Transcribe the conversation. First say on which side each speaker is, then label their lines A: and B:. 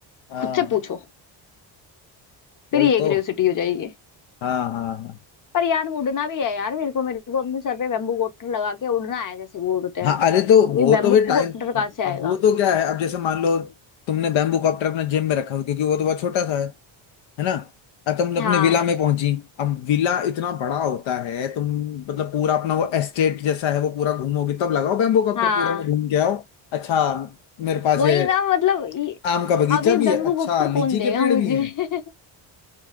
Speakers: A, on the left (about 70°); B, on the left (about 40°).
A: हाँ
B: खुद से पूछो फिर
A: वही
B: ये
A: तो
B: क्यूरियोसिटी हो जाएगी
A: हाँ हाँ हाँ
B: पर यार उड़ना भी है यार मेरे को मेरे को अपने सर पे बेम्बू कॉप्टर लगा के उड़ना है जैसे वो उड़ते हैं
A: हाँ अरे तो
B: अब
A: वो
B: ये बेम्बू
A: तो भी टाइम
B: कॉप्टर कहाँ
A: अब
B: से आएगा
A: अब वो तो क्या है अब जैसे मान लो तुमने बैम्बू कॉप्टर अपने जिम में रखा हो क्योंकि वो तो बहुत छोटा सा है है ना अब तुम अपने
B: हाँ
A: विला में पहुंची अब विला इतना बड़ा होता है तुम मतलब पूरा अपना वो एस्टेट जैसा है वो पूरा घूमोगे तब लगाओ बैम्बू कॉप्टर
B: हाँ
A: पूरा में घूम के आओ अच्छा मेरे पास
B: वही
A: ये
B: ना मतलब ये-
A: आम का बगीचा
B: अब ये
A: भी
B: बेम्बू
A: है अच्छा
B: कॉप्टर
A: लीची
B: कौन देगा
A: के पेड़
B: मुझे
A: भी हैं
B: <laughs>